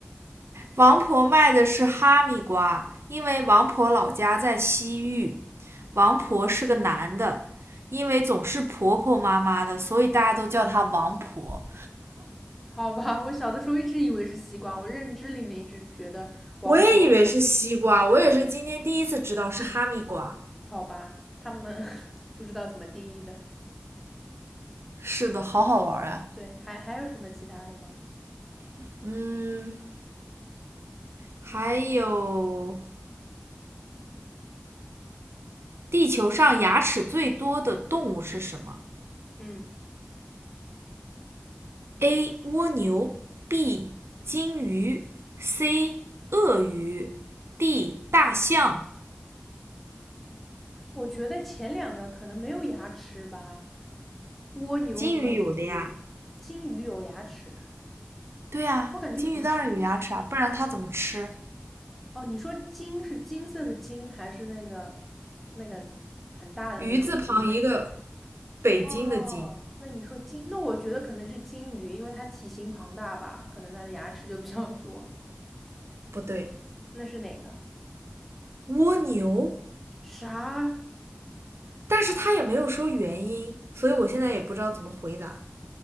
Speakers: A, on the right; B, in the centre.
A: 王婆卖的是哈密瓜，因为王婆老家在西域。王婆是个男的，因为总是婆婆妈妈的，所以大家都叫她王婆。
B: 好吧，我小的时候一直以为是西瓜，我认知里面一直觉得王婆，
A: 我也以为是西瓜，我也是今天第一次知道是哈密瓜。
B: 好吧，他们 <laughs> 不知道怎么定义的。
A: 是的，好好玩呀、
B: 对，还还有什么其他的吗？
A: 啊嗯，还有地球上牙齿最多的动物是什么
B: 嗯，
A: ？A. 蜗牛 B. 金鱼 C. 鳄鱼 D. 大象
B: 我觉得前两个可能没有牙齿吧，蜗牛和鱼，
A: 金鱼有的呀，
B: 金鱼有牙齿啊？
A: 对呀、啊金鱼当然有牙齿啊，
B: 我感觉不是
A: 不然它怎么吃？
B: 哦。你说金是金色的金，还是那个那个很大的那种金？
A: 鱼字旁一个北京的京，
B: 哦，那你说金，那我觉得可能是金鱼，因为它体型庞大吧，可能它的牙齿就比较多。
A: 不对，
B: 那是哪个？
A: 蜗牛，
B: 啥？
A: 但是它也没有说原因，所以我现在也不知道怎么回答。